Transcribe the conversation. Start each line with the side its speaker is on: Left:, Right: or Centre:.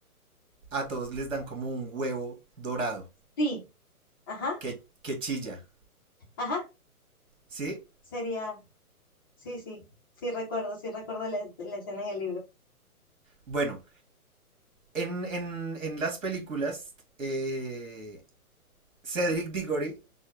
Right: a todos les dan como un huevo dorado
Left: Sí, ajá,
Right: que, que chilla,
Left: ajá,
Right: ¿sí?
Left: sería, sí, sí, sí recuerdo, sí recuerdo la, la escena en el
Right: Bueno, en, en, en las películas, eh, Cedric Diggory